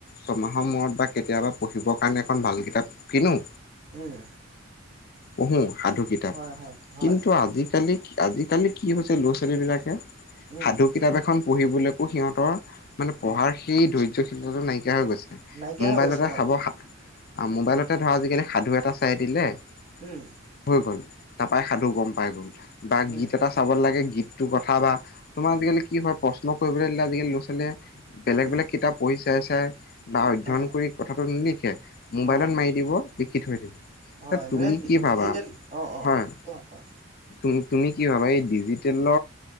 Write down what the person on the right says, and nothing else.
উম।
হয় হয় হয়
উম
উম
নাইকিয়া
হৈ গৈছে অ
উম
উম
উম
উম
উম
অ
অ
হয়
মানে
ডিজিটেল
অ অ
কোৱা কোৱা